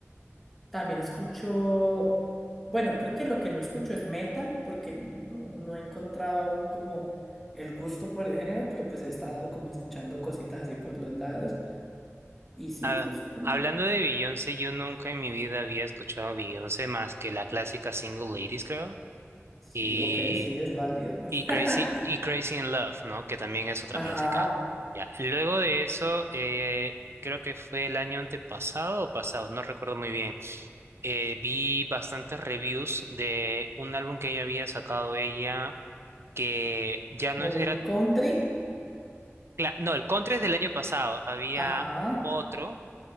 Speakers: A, in the centre; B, on the right.
A: también escucho, bueno, creo que lo que no escucho es metal, porque no, no he encontrado aún como el gusto por el género, pero pues he estado como escuchando cositas así por los lados. Y sí,
B: Ah,
A: eso es como,
B: hablando de Beyoncé, yo nunca en mi vida había escuchado a Beyoncé más que la clásica Single Ladies, creo,
A: sí,
B: y,
A: ok, sí, es válido. <laughs>
B: y Crazy, y Crazy in Love, ¿no? Que también es otra clásica.
A: Ajá,
B: Ya. Luego de eso, eh, creo que fue el año antepasado o pasado, no recuerdo muy bien eh, vi bastantes reviews de un álbum que ella había sacado ella que ya
A: como
B: no es-
A: muy
B: era...
A: country.
B: cla- No, el Contra es del año pasado. Había
A: Ajá,
B: otro